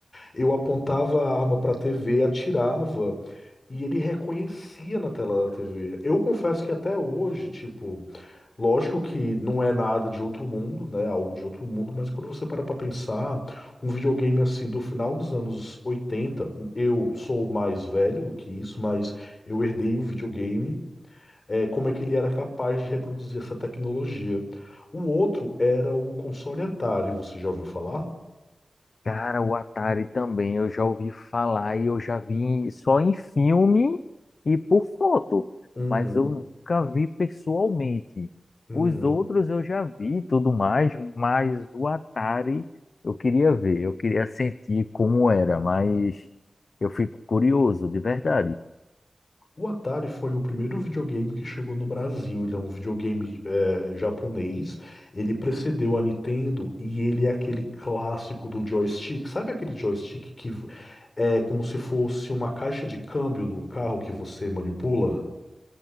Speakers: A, on the left; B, on the left.
A: Eu apontava a arma para a TV, atirava e ele reconhecia na tela da TV. Eu confesso que até hoje, tipo. Lógico que não é nada de outro mundo, né? Algo de outro mundo, mas quando você para pra pensar, um videogame assim do final dos anos 80 eu sou mais velho do que isso, mas eu herdei o videogame, é, como é que ele era capaz de reproduzir essa tecnologia. O outro era o console Atari, você já ouviu falar?
B: Cara, o Atari também, eu já ouvi falar e eu já vi só em filme e por foto,
A: Uhum,
B: mas eu nunca vi pessoalmente.
A: uhum.
B: Os outros eu já vi e tudo mais, mas o Atari eu queria ver, eu queria sentir como era, mas eu fico curioso, de verdade.
A: O Atari foi o primeiro videogame que chegou no Brasil. Ele é um videogame eh, japonês. Ele precedeu a Nintendo e ele é aquele clássico do joystick. Sabe aquele joystick que é como se fosse uma caixa de câmbio de um carro que você manipula?